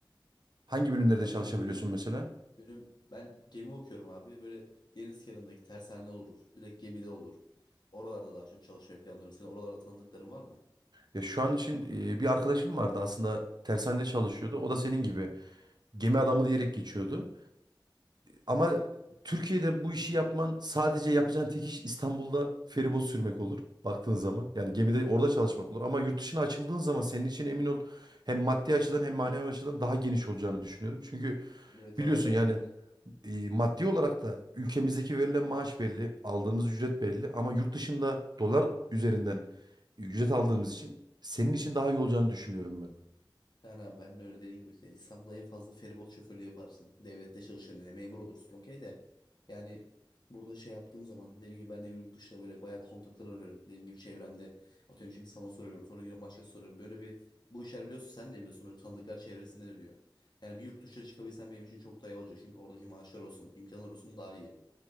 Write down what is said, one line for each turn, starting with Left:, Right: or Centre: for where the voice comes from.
Right: Hangi bölümlerde
Left: Abi
Right: çalışabiliyorsun
Left: benim bölüm,
Right: mesela?
Left: bölüm ben gemi okuyorum abi. Böyle deniz kenarındaki tersane olur. Direkt gemide olur. Oralarda daha çok çalışmayı planlıyorum. Senin oralarda tanıdıkların var mı?
Right: Ya şu an için e, bir arkadaşım vardı aslında tersanede çalışıyordu. O da senin gibi gemi adamı diyerek geçiyordu. Ama Türkiye'de bu işi yapman sadece yapacağın tek iş İstanbul'da feribot sürmek olur baktığın zaman. Yani gemide orada çalışmak olur ama yurt dışına açıldığın zaman senin için emin ol hem maddi açıdan hem manevi açıdan daha geniş olacağını düşünüyorum. Çünkü
Left: Evet
Right: biliyorsun
Left: abi ben
Right: yani
Left: de
Right: e, maddi olarak da ülkemizdeki verilen maaş belli, aldığımız ücret belli ama yurt dışında dolar üzerinden ücret aldığımız için senin için daha iyi olacağını düşünüyorum ben.
Left: Yani abi ben de öyle dediğim gibi şey, İstanbul'da en fazla feribot şoförlüğü yaparsın. Devlette çalışırken yine memur olursun okey de. Yani burada şey yaptığın zaman dediğim gibi ben de yurt dışında böyle bayağı kontaklar arıyorum. Dediğim gibi çevremde atıyorum şimdi sana soruyorum sonra gidiyorum başka soruyorum. Böyle bir bu işler biliyorsun sen de biliyorsun böyle tanıdıklar çevresinde dönüyor. Yani bir yurt dışına çıkabilsen benim için çok daha iyi olacak. Çünkü oradaki maaşlar olsun imkanlar olsun daha iyi.